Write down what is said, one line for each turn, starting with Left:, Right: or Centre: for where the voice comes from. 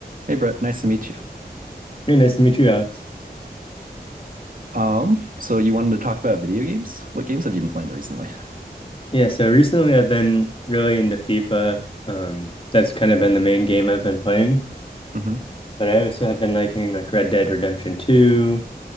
Right: Hey Brett, nice to meet you.
Left: Very nice to meet you, Alex.
Right: Um, so you wanted to talk about video games? What games have you been playing recently?
Left: Yeah, so recently I've been really into FIFA. Um, that's kind of been the main game I've been playing.
Right: hmm
Left: But I also have been liking like Red Dead Redemption 2